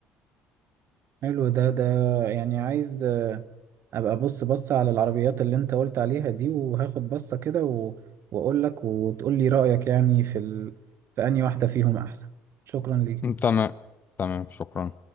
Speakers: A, on the right; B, on the left.
A: حلو ده ده يعني عايز ابقى بص بص على العربيات اللي انت قلت عليها دي وهاخد بصة كده و... واقول لك وتقول لي رأيك يعني في ال... في انهي واحدة فيهم احسن شكرا ليك
B: تمام تمام شكرا